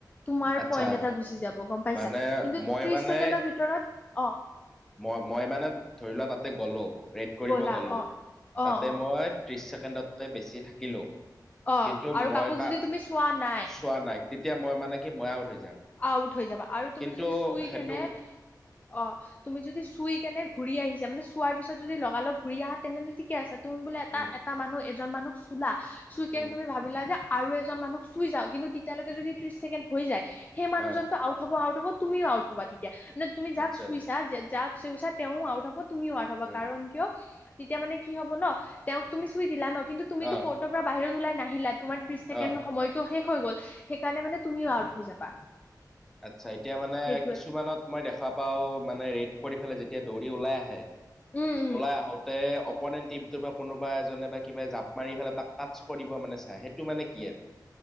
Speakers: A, on the left; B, in the centre.
A: তোমাৰ
B: আচ্ছা
A: পইণ্ট এটা গুচি যাব গম পাইছা
B: মানে
A: কিন্তু
B: মই
A: ত্ৰিশ
B: মানে
A: ছেকেণ্ডৰ ভিতৰত অঁ
B: মই মই মানে ধৰি লোৱা তাতে গ'লো। ৰেড কৰিব
A: গ'লা
B: গ'লো
A: অ অ
B: তাতে
A: অ
B: মই ত্ৰিছ কেন্দ্ৰতকৈ বেছিয়ে থাকে কিলো,
A: অ
B: কিন্তু
A: আৰু
B: মই
A: কাকো
B: কা
A: যদি তুমি চোৱা নাই
B: চোৱা নাই, তেতিয়া মই মানে কি মই আউট হৈ যাম?
A: আউত হৈ যাবা, আৰু তুমি
B: কিন্তু
A: যদি চুই
B: সেইটো
A: কেনে, অ তুমি যদি চু চুই কেনে ঘূৰি আহিছে, মানে চোৱাৰ পিছত যদি লগা লগ ঘূৰি আহা তেনেহ'লে ঠিকে আছে। তুমি বোলে এটা,
B: উম,
A: এটা মানুহ। এজন মানুহক চোলা চুই
B: উম,
A: কেনে তুমি ভাবিলা যে আৰু এজন মানুহ চুই যাৱ, কিন্তু তেতিয়ালৈকে যদি ত্ৰিশ ছেকেণ্ড হৈ যায় সেই মানুহজনটো
B: অ',
A: আউট হব আউট। লগত তুমিও আউট হবা তেতিয়া। মানে তুমি যাক
B: আচ্ছা
A: চুইছা,
B: আচ্ছা,
A: যে যাক তেওঁ আউট হব। তুমিও আউট হবা,
B: উম,
A: কাৰণ কিয় তেতিয়া মানে কি হব ন, তেওঁক তুমি চুই দিলা ন। কিন্তু তুমি
B: অ',
A: টো কৰ্ট ৰ পৰা বাহিৰত ওলাই নাহিলা তোমাৰ ত্ৰি ছেকেণ্ড
B: অ'।
A: সময়টোহে হৈ গ'ল, সেইকাৰণে মানে তুমিও আউট হৈ যাবা।
B: আচছা, এতিয়া মানে
A: সেইটোৱে
B: কিছুমানত মই দেখা পাও মানে ৰেট কৰি পেলাই যেতিয়া দৌৰি ওলাই আহে।
A: উম উম
B: ওলাই আহোতে অপনেন্ত টীম টোপা কোনোবা এজনে বা কিবা জাপ মাৰি পেলাই তাক টাচ কৰিব মানে চাই, সেইটো মানে কি আৰু?